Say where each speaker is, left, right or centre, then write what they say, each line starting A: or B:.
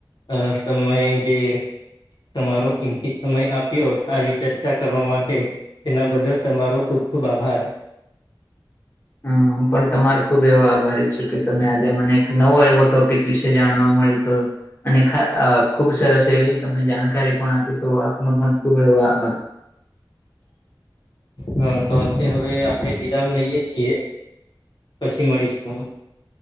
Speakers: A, on the left; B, on the left.
A: અ તમે જે તમારો કિંમતી સમય આપ્યો આવી ચર્ચા કરવા માટે એના બદલ તમારો ખૂબ ખુબ આભાર
B: હ હું પણ તમારે ખુબ એવો આભારી છું કે તમે આજે મને એક નવો એવો ટોપિક વિશે જાણવા મળી તો અને ખુબ સરસ એવી તમે જાણકારી પણ આપી તો આપનો પણ ખુબ એવો આભાર
A: હા તો અંતે હવે આપડે વિરામ લઈએ છીએ પછી મળીશું